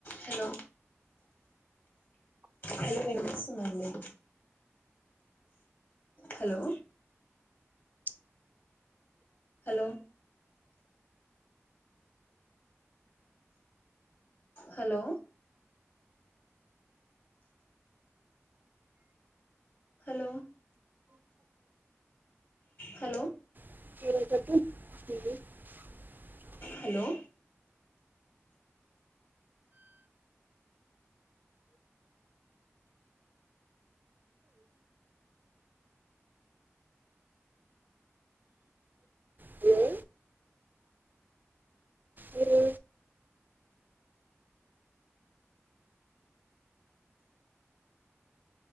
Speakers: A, on the left; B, on the right.
A: Hello hello వినిపిస్తుందండి hello hello hello hello hello
B: <inaudible>
A: hello
B: hello మీరు